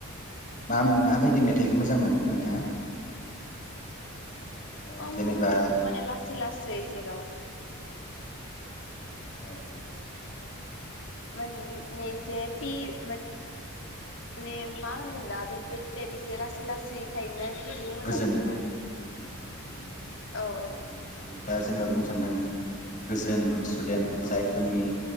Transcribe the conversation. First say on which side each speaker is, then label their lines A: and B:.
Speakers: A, on the left (about 35°); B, on the left (about 55°).
A: मा-माबायदि मेथाइखौ मोजां मोनो नोंथाङा? ओ
B: उम
A: जेनेबा
B: माने लासै लासै जेराव
A: औ
B: <unintelligible> एसे फि माने मा होनगोन दा बेफोरबायदि टाइप एसे लासै लासै थायोना <unintelligible> <unintelligible> मोजां
A: गोजोन
B: मोनो आरो
A: उम उम
B: औ औ
A: आरोना जों दा जेनेबा बुंनो सान्दों गोजोन सुदेम जायफोरनि